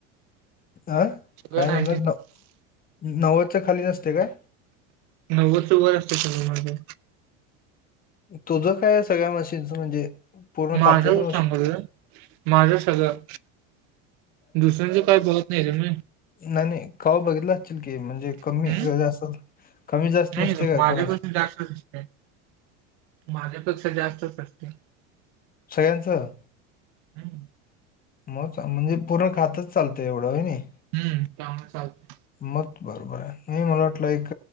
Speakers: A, on the left; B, on the right.
A: अं
B: सगळं
A: काय
B: नाईंटी
A: म्हणलास न नव्वदच्या खाली नसते काय?
B: नव्वदच्या वर असत सगळ माझ.
A: तुझं काय सगळ्या मशीनचं म्हणजे पूर्ण
B: माझ
A: खात्याचं
B: चागलं,
A: मशीन
B: माझं सगळं दुसर्यांचे काय बहत नाही रे मी.
A: नाही-नाही कावा बघितला असतील की म्हणजे कमी
B: हम्म
A: जास्त, कमी जास्त
B: नाही
A: नसते काय
B: माझ्यापेक्षा
A: कोणाचे
B: जास्तच असते. माझ्यापेक्षा जास्तच असते.
A: सगळ्यांचं.
B: हम्.
A: मग म्हणजे पूर्ण खातच चालतंय एवढं व्हय नाही.
B: हम्म काम चालतं.
A: मग बरोबर आहे नाही मला वाटलं एक